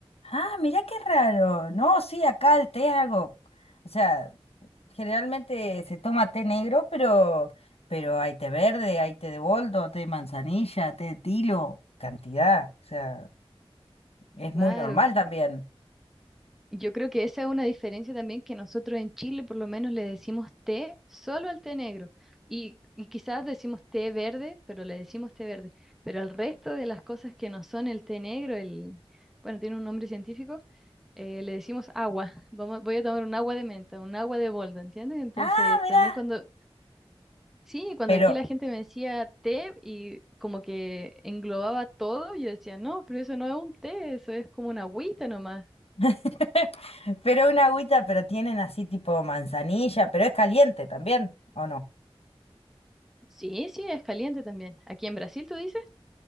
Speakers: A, on the left; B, in the centre.
A: Ah, mira qué raro. No, sí, acá el té es algo, o sea, generalmente se toma té negro, pero, pero hay té verde, hay té de boldo, té de manzanilla, té de tilo, cantidad. O sea, es
B: Claro.
A: muy normal también.
B: Yo creo que esa es una diferencia también que nosotros en Chile por lo menos le decimos té solo al té negro y, y quizás decimos té verde, pero le decimos té verde, pero al resto de las cosas que no son el té negro, el, bueno, tiene un nombre científico, eh, le decimos agua. Vamos, voy a tomar un agua de menta, un agua de boldo, ¿entiendes? Entonces,
A: Ah, mira.
B: también cuando, sí, cuando
A: Pero,
B: aquí la gente me decía té y como que englobaba todo, yo decía, no, pero eso no es un té, eso es como una agüita nomás.
A: <laughs> pero una agüita, pero tienen así tipo manzanilla, pero es caliente también, ¿o no?
B: Sí, sí, es caliente también. ¿Aquí en Brasil tú dices?